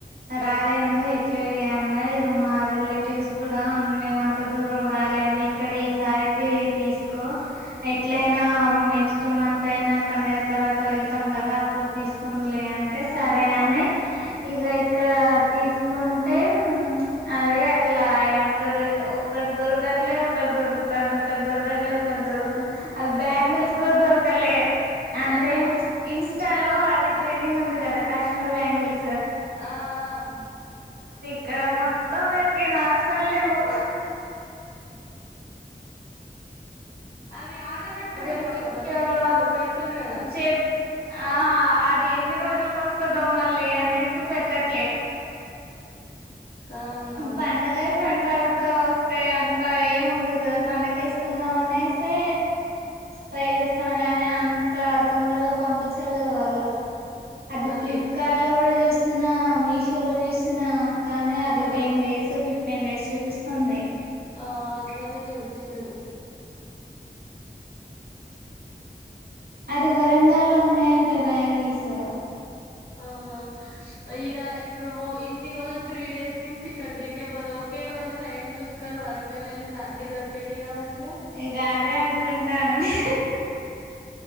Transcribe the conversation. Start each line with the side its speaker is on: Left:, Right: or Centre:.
Right: రాలేను హెచ్చు వెడి అన్న ఇ మా రిలేటివ్స్ కూడా మేము అంత దూరం రాలేము ఇక్కడ ఈసారికి తీసుకో ఎట్లయినా నెక్స్ట్ మంత్ అయినా పండగ తర్వాత వెళ్తాం కదా అప్పుడు తీసుకుందు లే అంటే సరే అని ఇక ఇక్కడ తీసుకుంటే అదే అట్లా ఏ అంటారు ఒక్కటి దొరకట్లే ఒకక్కటి దొరుకుతా అంద ఒకక్కటి దొరకట్లేదు ఒకక్కటి దొరుకుతా అది బ్యాంగిల్స్ కూడా దొరకాల అంటే
Left: అసలు
Right: ఇన్స్
Left: మా
Right: ఇన్‌స్టాలో అది ట్రెండింగ్‌లో ఉంది కదా కాశ్మీర్ బ్యాంగిల్స్
Left: ఆ ఆ
Right: క్కడ మొత్తం వెతికి నా అసలు లేవు
Left: అవి ఆర్డర్ పెట్టుకోపోయినావాక్క
Right: అది వీడియోలో
Left: మరి ఇంస్టాలో పెడుతున్నారు కదా
Right: చెప్ ఆ అది ఎన్ని రోజులలకు వస్తదో మళ్ళీ అనేసి పెట్టట్లే
Left: ఆహా
Right: ఉమ్ పాండగా అయిపోని తరవాత వస్తే అంత ఉండదు కదా పండగ వేసుకుందాం అనేసి ట్రై చేస్తాను గానీ అంత తొందరగా పంపించారు కదా వాళ్ళు అది
Left: అదే
Right: ఫ్లిప్కార్ట్ లో కూడా చూసిన మీషో లో చూసిన కానీ అది
Left: ఆ
Right: టెన్ డేస్ ఫిఫ్టీన్ డేస్ చూపిస్తుంది
Left: ఆ అట్లనే చూపిస్తారు
Right: అది వరంగల్లో ఉన్నాయంట బ్యాంగిల్స్
Left: ఆహా ఇదా ఇప్పుడు మ ఇన్ని రోజులు త్రీ డేస్ నుంచి ఇక్కడ తిరిగే బది ఒకే రోజు టైమ్ చూసుకని వరంగల్లుంటే అన్ని దొరికేటిటుగా మంచి
Right: ఇ కాదే అనుకుంటానని